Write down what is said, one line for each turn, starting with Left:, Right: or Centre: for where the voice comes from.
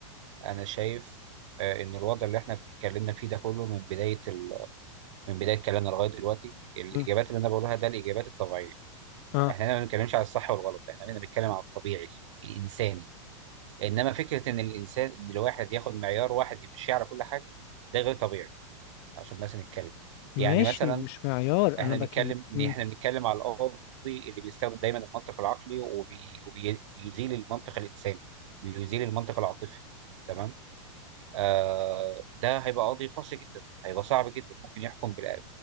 Right: انا شايف آه، ان الوضع اللي احنا اتكلمنا فيه ده كله من بدايه ال... من بدايه كلامنا لغايه دلوقتي الاجابات
Left: مم.
Right: اللي انا بقولها ده الاجابات الطبيعيه
Left: آه
Right: احنا هنا ما بنتكلمش على الصح والغلط احنا هنا بنتكلم على الطبيعي الانساني انما فكره ان الانسان ان الواحد ياخد معيار واحد يمشي على كل حاجه ده غير طبيعي عشان بس نتكلم
Left: ماشي
Right: يعني مثلا
Left: مش معيار أنا
Right: احنا
Left: بكلم
Right: بنتكلم ان
Left: مم.
Right: احنا بنتكلم على القاضي اللي بيستخدم دايما المنطق العقلي وبي- وبيزيل المنطق الانساني بيزيل المنطق العاطفي تمام آه ده هيبقى قاضي قاسي جدا هيبقى صعب جدا ممكن يحكم بالإ-